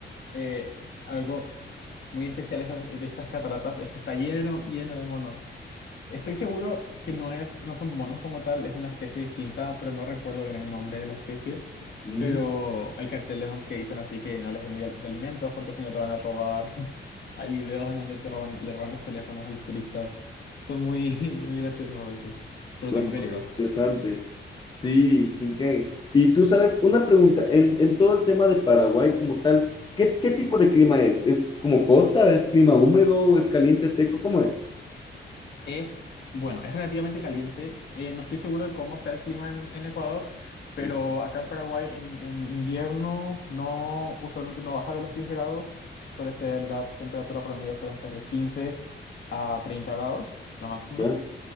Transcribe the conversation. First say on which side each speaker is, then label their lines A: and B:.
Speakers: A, on the left (about 60°); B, on the left (about 25°).
A: eh, algo muy especial de estas, de estas cataratas es que está lleno, lleno de monos. Estoy seguro que no es, no son monos como tal, es una especie distinta, pero no recuerdo bien el nombre de la especie.
B: Mm,
A: Pero hay carteles don- que dicen así que no les den de, al- de alimentos porque si no te van a robar. <laughs> Hay videos en donde te roban, le roban los teléfonos a los turistas. Son muy, <laughs> muy graciosos a veces, pero
B: no,
A: también peligrosos.
B: no, interesante. Sí, qué Y tú sabes, una pregunta, en, en todo el tema de Paraguay como tal, ¿qué, qué tipo de clima es? ¿Es como costa? ¿Es clima húmedo? ¿Es caliente, seco? ¿Cómo es?
A: Es, bueno, es relativamente caliente. Eh, no estoy seguro de cómo sea el clima en, en Ecuador, pero
B: Mm,
A: acá en Paraguay en, in- en invierno no, usualmente no baja de los 10 grados. Suele ser, la temperatura promedio suelen ser de 15 a 30 grados, la máxima.
B: ¿Ya?